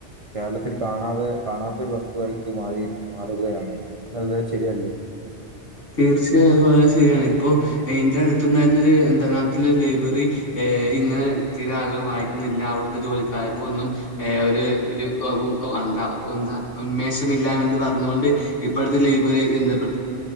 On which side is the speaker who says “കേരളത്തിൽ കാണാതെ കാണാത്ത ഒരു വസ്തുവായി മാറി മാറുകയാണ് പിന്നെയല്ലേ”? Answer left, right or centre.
Right